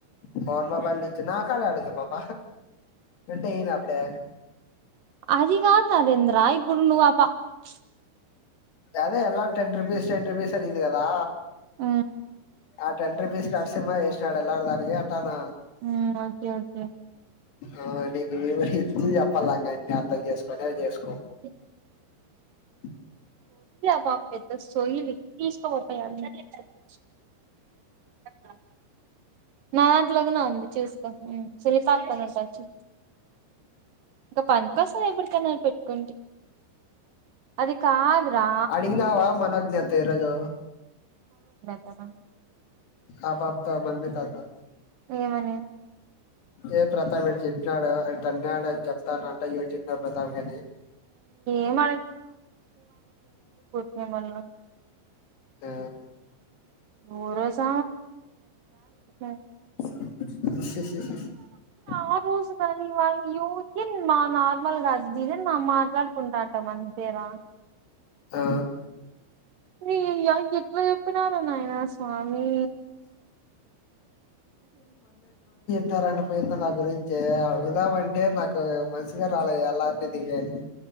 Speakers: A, on the left; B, on the right.
A: ఫోన్ మొబైల్ నుంచి నా కాడ యాడుందు పాప ఉంటే యీన అప్పుడే
B: అది కాదు నరేంద్ర ఇప్పుడు నువ్ అ పాప చ్
A: అదే ఎలా టెన్ రుపీస్ టెట్ రుపీస్ అనిద్ది కదా
B: ఉ
A: ఆ టెన్ రూపీస్ నర్సిమ్మ వేసినాడు ఎల్లాడ్దానికి అంటున్న
B: ఉమ్ ఓకె ఓకె
A: ఆ నీకు ఇవరిప్పుడు చెప్పల్ల అర్థం చేసుకుొని అ చేసుకో
B: <inaudible>
A: స
B: ప <unintelligible> నా దాంట్లోకి నా ఉంది చూసుకో <unintelligible> అక్క అని ఉంటది ఇంకా పని కోసం ఎప్పటికైనా పెట్టుకుంట అది కాదురా
A: అడిగినవా మనొగ్నె అక్క ఈ రోజు
B: అ
A: ఆ పాపతో మన్మితతో
B: ఏమని
A: ఏ ప్రతాప్ చెప్పినాడు <unintelligible> చెప్తానంట యూ చెప్పినాడు ప్రతాప్ కాని
B: ఏం ఇ మల్
A: ఆ
B: నువ్వు రోజు <unintelligible>
A: <inaudible> <inaudible>
B: ఆ రోజు కానీ వాళ్ళ యూకి మా నార్మల్గా డిజైన్ అని మాట్లాడుకుంటాంట అంతే రా
A: ఆ
B: రే <unintelligible> రిప్లై ఇవ్వు చెప్పినారా నాయనా స్వామి
A: <unintelligible> పేరుతో నా గురించి అడుగుదామ అంటే నాకు మనిషిగా రాలే అలాంటిది దివ్య అనీ